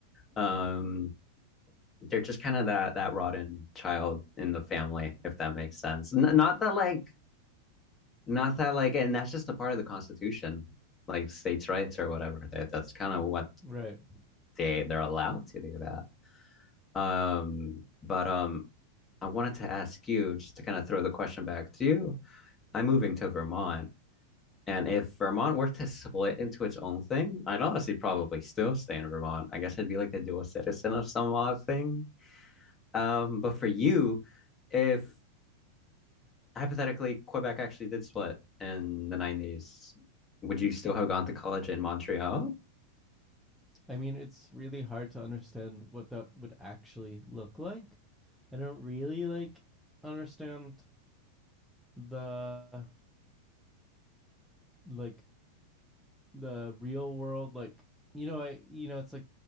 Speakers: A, on the left; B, in the centre.
A: Um they're just kind of that that rotten child in the family, if that makes sense. N- not that like, not that like, and that's just a part of the Constitution, like states' rights or whatever. That that's kind of what
B: Right.
A: they they're allowed to do that. Um, but um, I wanted to ask you just to kind of throw the question back to you. I'm moving to Vermont, and if Vermont were to split into its own thing, I'd honestly probably still stay in Vermont. I guess I'd be like a dual citizen of some odd thing. Um, but for you, if hypothetically Quebec actually did split in the 90s, would you still have gone to college in Montreal?
B: I mean, it's really hard to understand what that would actually look like. I don't really like understand the like the real world like you know I you know it's like